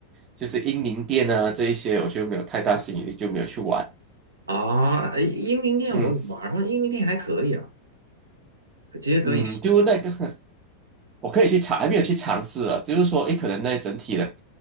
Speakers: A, on the right; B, on the right.
A: 就是英灵殿啊这一些我就没有太大吸引力，就没有去玩。
B: 啊？哎，英灵殿我有玩过，
A: 嗯
B: 英灵殿还可以啊，其实可以试。
A: 嗯，就那个 <laughs> 我可以去尝，还没有去尝试啊。就是说，诶，可能那整体的，